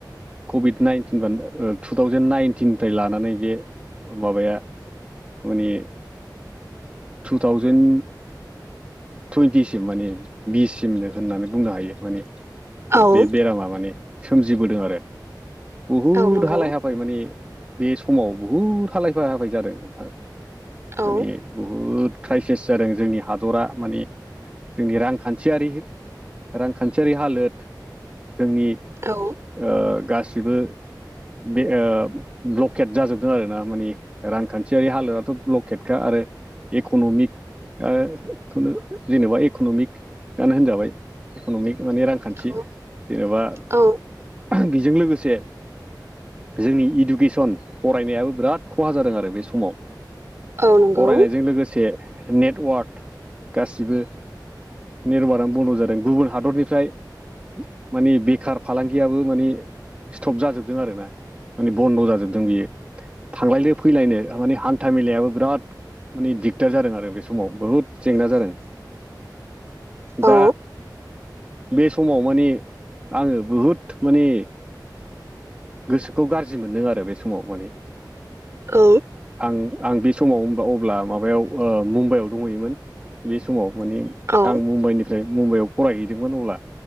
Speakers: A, on the right; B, on the right.
A: कभिड नाइन्टिन बान ओ टु थावजेेन नाइनटिननिफ्राय लानानै बे माबाया। माने टु थावजेेन टुइन्टिसिम माने बिससिमनो होननानै बुंनो हायो माने
B: औ
A: बे बेरामा माने। सोमजिबोदों आरो बुहुद
B: औ नंगौ
A: हालाय हाफ फाय माने बे समाव बुहुद हालायफा हाफाय जादों नोंथाङा
B: औ
A: माने। बुहुद क्राइसिस जादों जोंनि हादरा। माने जोंनि रांखान्थियारि रांखान्थियारि हालोद जोंनि
B: औ
A: ओ गासिबो बे ओ ब्लकेट जाजोबदों आर ना माने। रांखान्थियारि हालोदथ' ब्लकेटखा आरो इक'न'मिक ओ खुनो जेनेबा इकन'मिकआनो होनजाबाय इकन'मिक माने रां खान्थि
B: औ
A: जेनेबा
B: औ
A: ओ बेजों लोगोसे। जोंनि इडुकेसन फरायनायाबो बिराद खहा जादों आरो बे समाव।
B: औ नंगौ
A: फरायनायजों लोगोसे नेटवार्क। गासिबो नेटवार्कआ बन्द' जादों गुबुन हादरनिफ्राय माने बेखार फालांगियाबो माने स्टप जाजोबदों आर ना माने बन्द' जाजोबदों बियो। थांलायनो फैलायनो माने हान्था मेलायाबो बिराद माने दिगदार जादों आरो बे समाव बहुद। जेंना जादों दा
B: औ
A: बे समाव माने आङो बहुद माने। गोसोखौ गाज्रि मोनदों आरो बे समाव माने
B: औ
A: आं आं बे समाव होनबा अब्ला माबायाव मुम्बाइआव दंहैयोमोन बे समाव माने
B: औ
A: आं मुम्बाइनिफ्राय मुम्बाइआव फरायहैदोंमोन अब्ला